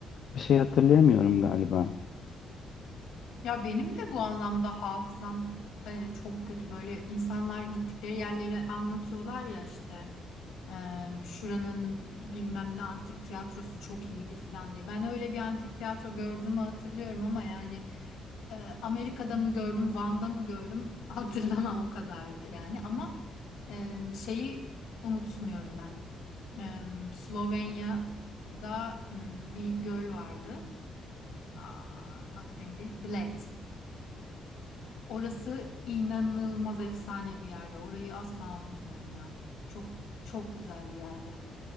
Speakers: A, on the left (about 65°); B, on the left (about 80°).
A: bir şey hatırlayamıyorum galiba.
B: Ya benim de bu anlamda hafızam e, çok kötü. Böyle insanlar gittikleri yerleri anlatıyorlar ya işte. Eee, şuranın bilmem ne antik tiyatrosu çok iyiydi filan diye. Ben öyle bir antik tiyatro gördüğümü hatırlıyorum ama yani eee, Amerika'da mı gördüm, Van'da mı gördüm <laughs> hatırlamam o kadar yani ama eee, şeyi unutmuyorum ben. Em, Slovenya'da m, bir göl vardı. Aa, adı neydi? Bled. Orası inanılmaz efsane bir yerde. Orayı asla unutmuyorum ya. Çok çok güzel bir yerde.